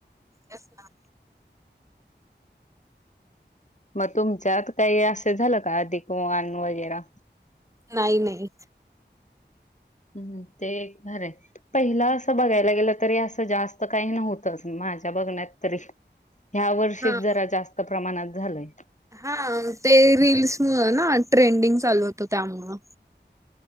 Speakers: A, on the right; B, on the left.
A: तेच ना
B: मग तुमच्यात काही असं झालं का अधिकवान वगैरा
A: नाही नाही.
B: हम्म. ते खरं पहिलं असं बघायला गेलं तरी असं जास्त काही नव्हतच म माझ्या बघण्यात तरी ह्या वर्षी
A: हा
B: जरा जास्त प्रमाणात झालय.
A: हा. ते रील्स मुळं ना ट्रेंडिंग चालू होतं त्यामुळं.